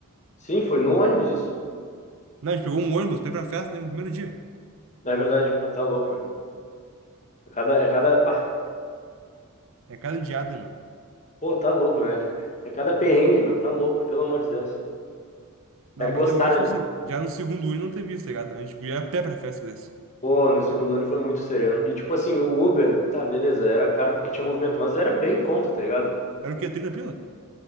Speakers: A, on the left; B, on the right.
A: Sim, foi no ônibus isso.
B: Não, a gente pegou um ônibus pra ir pra festa, né, no primeiro dia.
A: É verdade, pô, tá louco, meu. É cada, é cada, pá,
B: É cada indiada, meu.
A: pô, tá louco, meu. É cada perrengue, meu. Tá louco, pelo amor de Deus.
B: Não,
A: É
B: mas
A: gostar,
B: eu acho que
A: né?
B: assim, já no segundo Uber não teve isso, tá ligado? A gente ia a pé pra festa desse.
A: Pô, no segundo ano foi muito sereno. E tipo assim, o Uber, tá, beleza, era caro porque tinha movimento, mas era bem em conta, tá ligado?
B: Era o quê? 30 pila?